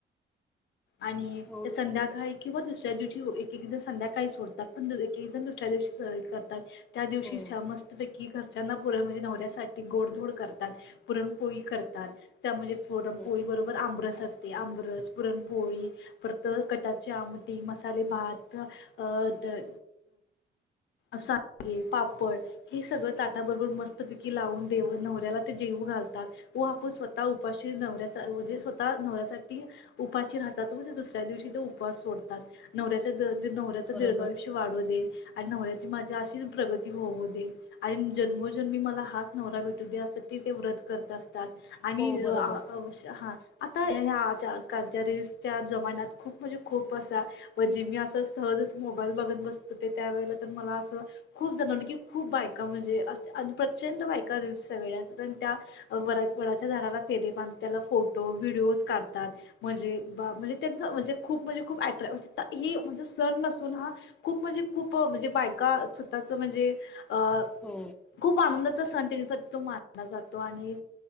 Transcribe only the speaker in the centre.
हो
वेगवेगळ्या
हो
हो
बरोबर
हो बरोबर
हो.